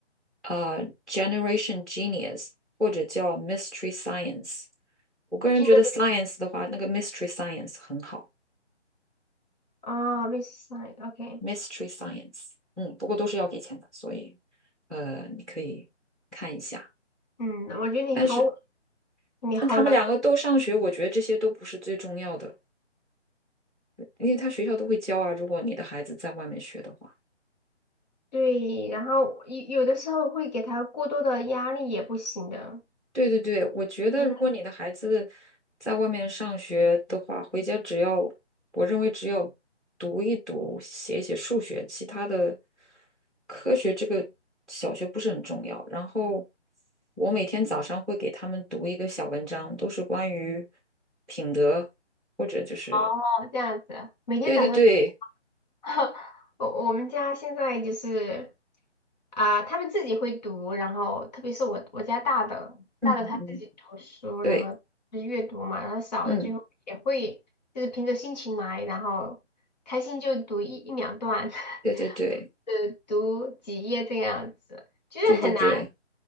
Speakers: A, in the centre; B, on the left.
A: 呃 Generation Genius 或者叫 Mystery Science。我个人觉得
B: 军人
A: Science 的话，那个 Mystery Science 很好
B: 啊 m i s s Science，OK，
A: ，Mystery Science，嗯，不过都是要给钱的，所以呃，你可以看一下。
B: 嗯，我觉得你好，
A: 但是
B: 你好能
A: 但他们两个都上学，我觉得这些都不是最重要的，因为他学校都会教啊，如果你的孩子在外面学的话。
B: 对，然后有有的时候会给他过多的压力也不行的。
A: 对对对，我觉得如果你的孩子
B: 你
A: 在外面上学的话，回家只要我认为只要读一读、写一写数学，其他的科学这个小学不是很重要。然后我每天早上会给他们读一个小文章，都是关于品德或者就是
B: 好，这样子，每天早上。
A: 对对对，
B: <laughs> 我我们家现在就是啊、他们自己会读，然后特别是我我家大的大的他自己读书，
A: 嗯嗯，对，
B: 然后就是阅读嘛，然后小的就也会就是凭着心情来，
A: 嗯，
B: 然后开心就读一一两段，
A: 对对对
B: <laughs> 呃，读几页这样子，就是很难，
A: 对对对。